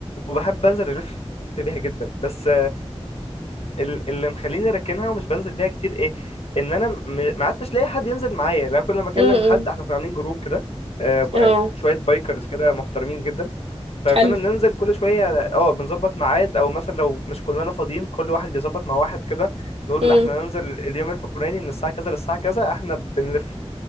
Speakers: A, on the left; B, on the right.
A: وبحب انزل الف بيها جدا بس ال- اللي مخليني راكنها ومش بنزل بيها كتير ايه ان انا م- ما عدتش لاقي حد ينزل معايا لا كل ما اكلم
B: مم.
A: حد احنا كنا عاملين جروب كده آه، ب-
B: اه
A: آه، شويه بايكرز كده محترمين جدا فكنا
B: حلو
A: بننزل كل شويه اه بنظبط ميعاد او مثلا لو مش كلنا فاضيين كل واحد بيظبط مع واحد كده نقول
B: مم.
A: احنا ننزل اليوم الفلاني من الساعه كذا للساعه كذا احنا بنلف